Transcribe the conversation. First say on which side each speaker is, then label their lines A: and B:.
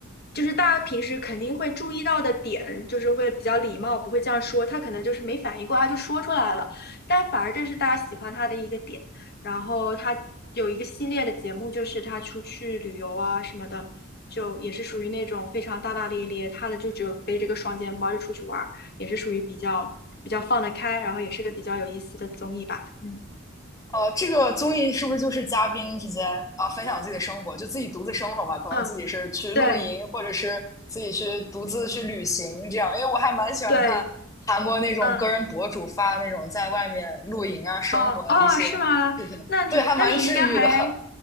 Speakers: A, on the left; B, on the left.
A: 就是大家平时肯定会注意到的点，就是会比较礼貌，不会这样说。他可能就是没反应过来就说出来了，但反而这是大家喜欢他的一个点。然后他有一个系列的节目，就是他出去旅游啊什么的。就也是属于那种非常大大咧咧，他的就只有背着个双肩包就出去玩儿，也是属于比较比较放得开，然后也是个比较有意思的综艺吧。嗯
B: 呃，这个综艺是不是就是嘉宾之间啊、呃分享自己的生活，就自己独自生活嘛？可能自己是去露营，
A: 嗯，对
B: 或者是自己去独自去旅行这样。因为我还蛮喜欢看韩国那种个人博主发那种在外面露营啊、
A: 对，嗯
B: 生活的一些视频，
A: 哦哦，是吗？那你那你应该还
B: 对，还蛮治愈的。